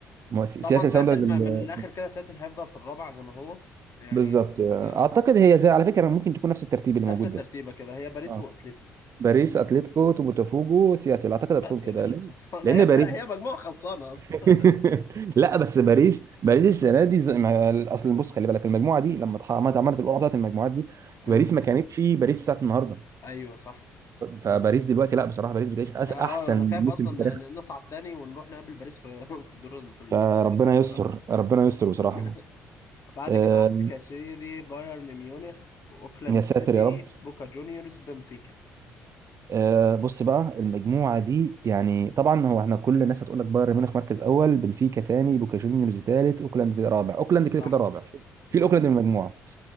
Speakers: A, on the right; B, on the left.
A: مو- سياتل
B: طبعا سياتل
A: ساوندرز
B: م-
A: ال-
B: من الاخر كده سياتل هيفضل في الرابع زي ما هو يعني
A: بالظبط
B: اه آه.
A: اعتقد هي زي على فكره ممكن تكون نفس الترتيب اللي
B: نفس
A: موجود
B: الترتيبة
A: ده
B: كده هي باريس
A: اه
B: واتلتي
A: باريس
B: يعني
A: اتلتيكو بوتافوجو سياتل اعتقد هتكون
B: بس
A: كده
B: يا باشا
A: لان
B: خلصانه
A: لان
B: هي
A: باريس
B: فرق هي مجموعه خلصانه اصلا
A: <laughs> لا بس باريس باريس السنه دي زي ما- اصل بص خلي بالك المجموعه دي لما اتح- عملت عملت القرعه بتاعت المجموعات دي
B: <laughs>
A: باريس
B: امم
A: ما كانتش باريس بتاعت النهارده
B: ايوه صح
A: فباريس
B: امم
A: دلوقتي لا بصراحه باريس بتعيش أس-
B: اه آه،
A: احسن
B: انا خايف
A: موسم
B: اصلا
A: في تاريخها
B: ن- نصعد تاني ونروح نقابل باريس في <laughs> في الدور ال- في ال-
A: فربنا
B: في الدور الانتقال
A: يستر ربنا يستر
B: <laughs>
A: بصراحه
B: بعد
A: آه،
B: كده عندك يا سيدي بايرن ميونخ اوكلاند
A: يا ساتر
B: سيتي
A: يا رب
B: بوكا جونيورز بنفيكا
A: آه، بص بقى المجموعه دي يعني طبعا هو احنا كل الناس هتقول لك بايرن ميونخ مركز اول بنفيكا ثاني بوكا جونيورز ثالث اوكلاند رابع اوكلاند كده
B: صح
A: كده رابع
B: امم
A: شيل اوكلاند من المجموعه